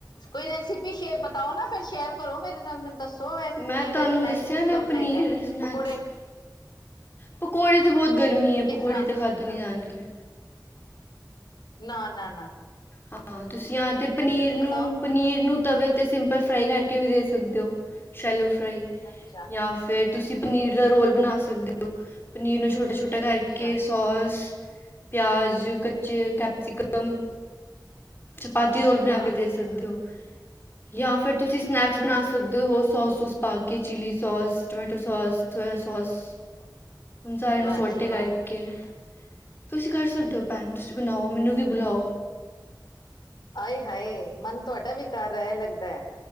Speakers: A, on the left (about 70°); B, on the left (about 30°).
A: ਕੋਈ ਰੈਸਿਪੀ ਸ਼ੇਅਰ ਬਤਾਓ, ਨਾ ਫੇਰ ਸ਼ੇਅਰ ਕਰੋ ਮੇਰੇ ਨਾਲ ਮੈਨੂੰ ਦੱਸੋ। ਸੋ
B: ਮੈਂ
A: ਪਨੀਰ
B: ਤੁਹਾਨੂੰ
A: ਦਾ ਸਨੈਕਸ
B: ਦੱਸਿਆ
A: ਕਿਸ
B: ਨਾ
A: ਤਰ੍ਹਾਂ ਬਣਾਈ
B: ਪਨੀਰ
A: ਦਾ
B: ਦੇ ਸਨੈਕਸ
A: ਪਕੌੜੇ
B: ਪਕੌੜੇ ਤਾਂ ਬਹੁਤ ਗਰਮੀ ਹੈ,
A: ਕਿਸ
B: ਪਕੌੜੇ
A: ਤਰ੍ਹਾਂ
B: ਤਾਂ ਖਾਧੇ ਨੀ ਜਾਣਗੇ।
A: ਨਾ-ਨਾ-ਨਾ
B: ਹਾਂ ਤੁਸੀਂ ਆ ਤੇ ਪਨੀਰ ਨੂੰ
A: ਬਤਾਓ
B: ਪਨੀਰ ਨੂੰ ਤਵੇ 'ਤੇ ਸਿੰਪਲ ਫਰਾਈ ਕਰਕੇ ਵੀ ਦੇ ਸਕਦੇ ਹੋ ਸ਼ੈਲੋ ਫਰਾਈ
A: ਅੱਛਾ।
B: ਜਾਂ ਫੇਰ ਤੁਸੀਂ ਪਨੀਰ ਦਾ ਰੋਲ ਬਣਾ ਸਕਦੇ ਹੋ, ਪਨੀਰ ਨੂੰ ਛੋਟੇ ਛੋਟੇ ਟਾ ਕਰਕੇ
A: ਅੱਛਾ
B: ਸੋਸ ਪਿਆਜ ਕੱਚੇ ਕੈਪਸੀਕਮ ਚਪਾਤੀ
A: ਅੱਛਾ
B: ਰੋਲ ਬਣਾ ਕੇ ਦੇ ਸਕਦੇ ਹੋ, ਜਾਂ ਫਿਰ ਤੁਸੀਂ ਸਨੈਕਸ ਬਣਾ ਸਕਦੇ, ਹੋ ਸੋਸ ਸੂਸ ਪਾ ਕੇ chilli sauce tomato sauce soya sauce
A: <unintelligible>
B: ਹੁਣ ਸਾਰਿਆ
A: ਵਾਹ
B: ਨੂੰ ਸੋਟੇ
A: ਜੀ ਵਾਹ
B: ਕਰਕੇ ਤੁਸੀਂ ਕਰ ਸਕਦੇ ਹੋ ਭੈਣ ਤੁਸੀਂ ਬਣਾਓ ਮੈਨੂੰ ਵੀ ਬੁਲਾਓ
A: ਆਾਏ ਹਾਏ ਮਨ ਤੁਹਾਡਾ ਵੀ ਕਰ ਰਿਹਾ ਲੱਗਦਾ।